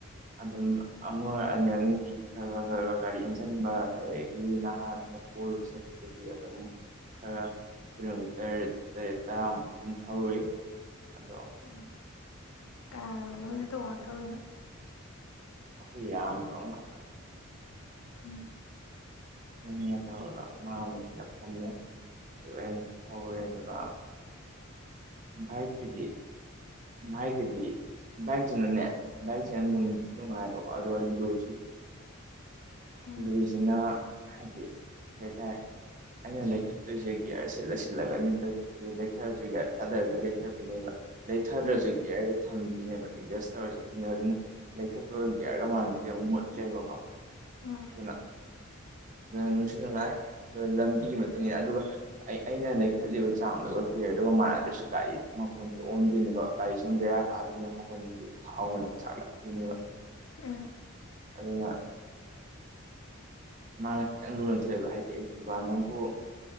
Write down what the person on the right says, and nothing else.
ꯑꯗꯨꯝ ꯑꯃ ꯑꯣꯏꯔ ꯑꯅꯤ ꯅꯨꯡꯇꯤꯒꯤ ꯈꯔ ꯈꯔꯔ ꯒꯥꯔꯤ ꯏꯟꯁꯤꯟꯕ ꯑꯗꯒꯤ ꯅꯍꯥꯟ ꯍꫭꯜ ꯆꯠꯄꯗꯗꯤ ꯑꯗꯨꯝ ꯈꯔ ꯀꯤꯂꯣꯃꯤꯇꯔ ꯇꯔꯦꯠ ꯇꯔꯥꯃꯨꯛ ꯑꯗꯨꯝ ꯊꯧꯔꯏ ꯑꯗꯣ
ꯑꯩꯈꯣꯏ ꯌꯥꯝ ꯄꯈꯛ
ꯁꯅꯤꯅ ꯇꯧꯔꯒ ꯃꯥꯗ ꯑꯩꯅ ꯐꯝꯃꯦꯦ ꯑꯗꯨꯒ ꯑꯩ ꯍꯧꯋꯦ ꯑꯗꯨꯒ ꯥꯏꯛꯀꯤꯗꯤ ꯥꯏꯒꯗꯤ ꯥꯏꯛ ꯆꯟꯅꯅꯦ ꯥꯏꯛ ꯆ ꯅꯁꯨ
ꯅꯨꯡꯉ ꯍꯥꯏꯣ
ꯂꯗꯤꯁꯤꯅ ꯍꯥꯏꯗꯤ ꯀꯩ ꯍꯥꯏꯇꯥꯔꯦ ꯑꯩꯅ ꯂꯩꯈꯠꯇꯣꯏꯁꯦ ꯒꯌꯔꯁꯤꯦꯠ ꯂꯩꯁꯤꯜꯂꯒꯅꯤ ꯁꯤꯗꯤ ꯂꯩꯊꯔꯁꯨ ꯌꯥ ꯊꯥꯗꯔꯒ ꯂꯩꯊꯗꯣꯏꯅꯦꯕ ꯂꯩꯊꯗ꯭ꯔꯁꯨ
ꯌꯥ ꯊꯝꯕꯤꯅꯦꯕ ꯑꯦꯗꯖꯁ ꯇꯧꯔ ꯆꯠꯇꯅꯦ ꯑꯗꯨꯅ ꯂꯩꯈꯠꯄꯒ ꯭ꯌꯥꯔꯒ ꯃꯥꯟꯅꯁꯤꯗꯤ ꯑꯃꯨꯛ ꯃꯨꯠꯂꯦꯕꯀꯣ
ꯑꯗꯨꯅ ꯅꯨꯡꯁꯨ ꯅꯨꯡꯉꯥꯏ ꯂꯝꯕꯤꯒꯤ ꯏ ꯃꯇꯨꯡꯏꯟꯅ ꯑꯗꯨꯒ ꯑꯩ ꯑꯩꯅ ꯂꯩꯈꯠꯂꯤꯕ ꯆꯥꯡꯗꯨꯒ ꯌꯔꯗꯨꯒ ꯃꯥꯟꯅꯗ꯭ꯔꯁꯨ ꯒꯥꯔꯤꯗꯨ ꯃꯈꯣꯟ ꯑꯣꯟꯗꯣꯏꯅꯦꯕ ꯒꯥꯔꯤ ꯁꯨꯝ ꯕꯦꯔꯥ ꯀꯥꯗꯣꯏꯅꯦ ꯃꯈꯣꯏꯒꯤ ꯊꯥꯎ ꯑꯃ ꯆꯥꯛꯂꯛꯇꯣꯏꯅꯦꯕ
ꯑꯗꯨꯩꯅ ꯃꯥꯅ ꯈꯤꯪ ꯂꯨꯅ ꯊꯣꯛꯣꯛꯑꯦꯕ ꯍꯥꯏꯗꯤ ꯑꯩ ꯏ ꯋꯥ ꯅꯕꯨ